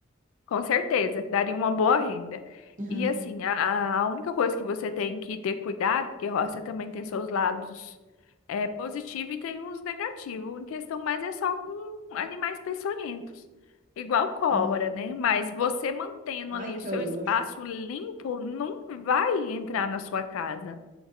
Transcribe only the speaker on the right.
Uhum,
uhum.
Ai, que
horror.